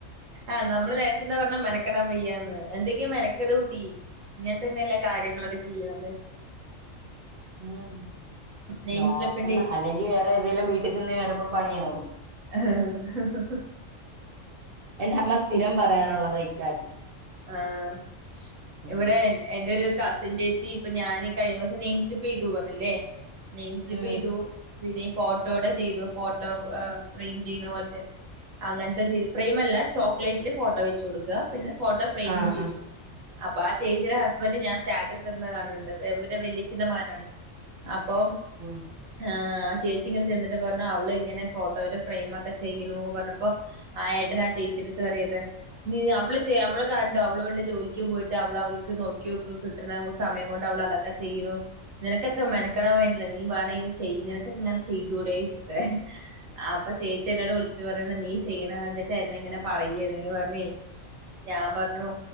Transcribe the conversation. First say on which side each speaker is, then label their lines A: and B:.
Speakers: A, on the right; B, on the right.
A: ആഹ് നമ്മള് നേര ഇജ്ജ് എന്താ പറഞ്ഞ് മെനക്കെടാം വയ്യാന്ന് എന്തെങ്കി മെനക്കെട് കുട്ടി ഇങ്ങൻത്തന്നെല്ലെ കാര്യങ്ങളൊക്കെ ചെയ്യാ നമ്മള്
B: ഉം
A: നെയിം
B: നോക്കണം
A: സ്ലിപ്പിന്റെ
B: അല്ലെങ്കി വേറെ ഏതേലും വീട്ടി ചെന്ന് കേറുമ്പോ പണിയാകും
A: അഹ് ഹ് ഹ് ഹ്
B: എന്റമ്മ സ്ഥിരം
A: കുക്കിംഗ്
B: പറയാറുള്ളതാ ഇക്കാര്യം
A: ആഹ്
B: ഉം
A: ഇവിടെ എ എന്റൊരു കസിൻ ചേച്ചി ഇപ്പൊ ഞാനീ കഴിഞ്ഞ ദിവസം നെയിം സ്ലിപ്പ് ചെയ്തു പറഞ്ഞില്ലേ നെയിം സ്ലിപ്പ്
B: ഉം
A: ചെയ്തു പിന്നെ ഈ ഫോട്ടോയോടെ ചെയ്തു ഫോട്ടോ ഫ്രെയിം ചെയ്യുന്ന പോലത്തെ അങ്ങനത്തെ ചെയ്തു ഫ്രെയിം അല്ല ചോക്ലേറ്റില് ഫോട്ടോ വെച്ച് കൊടുക്ക പിന്നെ ഫോട്ടോ ഫ്രെയിമും
B: ആഹ്
A: ചെയ്തു
B: ആഹ്
A: അപ്പൊ ആ ചേച്ചിയുടെ ഹസ്ബൻഡ് ഞാൻ സ്റ്റാറ്റസിടണ കാണണണ്ട് പ്പ ഇവര വല്യച്ഛന്റെ മകനാണ് അപ്പൊ
B: ഉം
A: ആഹ് ചേച്ചി ഇങ്ങനെ ചെന്നിട്ട് പറഞ്ഞു അവള് ഇങ്ങനെ ഫോട്ടോയുടെ ഫ്രെയിം ഒക്കെ ചെയ്യണൂന്ന് പറഞ്ഞപ്പോ ആഹ് യേട്ടന് ആ ചേച്ചിടടുത്ത് പറയും അത്രേ യ്യേ അവള് അവൾ കണ്ടൊ അവള് അവളടെ ജോലിക്ക് പോയിട്ട് അവൾ അവൾക്ക് നോക്കിയോക്ക് കിട്ടണ സമയം കൊണ്ട് അവളതക്കെ ചെയ്യു നിനക്കൊക്കെ മെനക്കടാൻ വേണ്ടിയില്ല നീ വാണങ്കിത് ചെയ് നിനക്കിങ്ങനെ ചെയ്തൂടെ ചോയിച്ചിട്ടേ ആഹ് അപ്പൊ ചേച്ചി എന്നോട് വിളിച്ചിട്ട് പറഞ്ഞണ്ട് നീ ചെയ്യണ കണ്ടിട്ടാ എന്നെ ഇങ്ങനെ പറയണേന്ന് പറഞ്ഞേ ഞാൻ പറഞ്ഞു